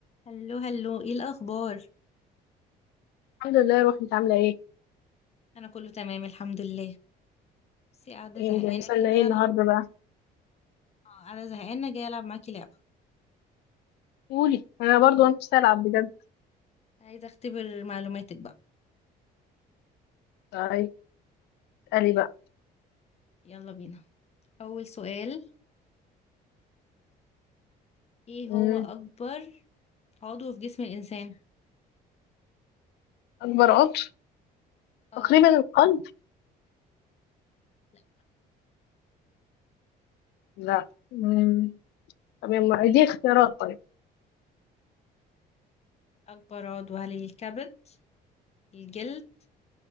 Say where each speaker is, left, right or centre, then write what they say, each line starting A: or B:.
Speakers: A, on the left; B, on the left.
A: هلو هلو ايه الاخبار
B: الحمد لله روحي انت عامله ايه
A: انا كله تمام الحمد لله بس قاعده
B: ايه
A: زهقانه
B: مجهزه لنا
A: كده
B: ايه النهارده بقى
A: آه، قاعده زهقانه جايه العب معاكي لعبه
B: قولي انا برضو انا نفسي العب بجد
A: عايزه اختبر معلوماتك بقى
B: طيب قالي بقى
A: يلا بينا اول سؤال ايه
B: مم.
A: هو اكبر عضو في جسم الانسان
B: اكبر عضو
A: اه
B: تقريبا القلب
A: لا
B: لا مم. طب يما دي اختيارات طيب
A: اكبر عضو هل الكبد الجلد